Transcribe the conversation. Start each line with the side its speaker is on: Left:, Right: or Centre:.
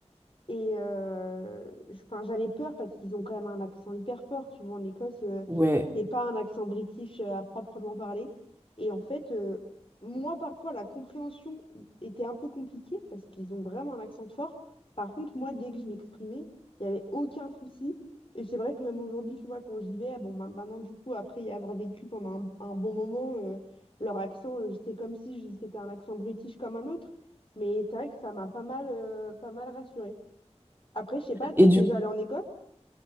Left: Et euh, j- 'fin, j'avais peur parce qu'ils ont quand même un accent hyper fort. Tu vois, en Écosse, euh,
Right: Ouais.
Left: c'est pas un accent british euh, à proprement parler. Et en fait, euh, moi, parfois, la compréhension était un peu compliquée parce qu'ils ont vraiment un accent fort. Par contre, moi, dès que je m'exprimais, il n'y avait aucun souci. Et c'est vrai que même aujourd'hui, tu vois, quand j'y vais, ah bon, ma- maintenant, du coup, après y avoir vécu pendant un, un bon moment, euh, leur accent, euh, c'est comme si je- c'était un accent british comme un autre. Mais c'est vrai que ça m'a pas mal, euh, pas mal rassurée. Après, je sais pas, t'es
Right: Et
Left: déjà
Right: du
Left: allé en Écosse?